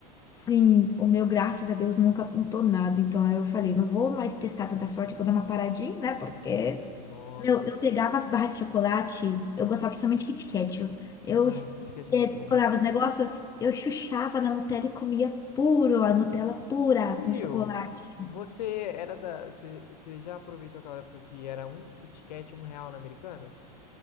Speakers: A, on the left (about 15°); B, on the left (about 80°).
A: Sim, o meu, graças a Deus, nunca apontou nada. Então aí eu falei, não vou mais testar tanta sorte que eu dou uma paradinha, né? Porque
B: Inclusive, nossa.
A: Meu, eu
B: inc-
A: pegava as barras de chocolate, eu gostava principalmente de Kit Kat. ó. Eu,
B: Ai,
A: es-
B: KitKat é
A: é,
B: muito bom.
A: colava os negócios, eu chuchava na Nutella e comia puro, a Nutella pura
B: E
A: com chocolate.
B: eu, você era da, você você já aproveitou aquela época que era um KitKat um real na Americanas?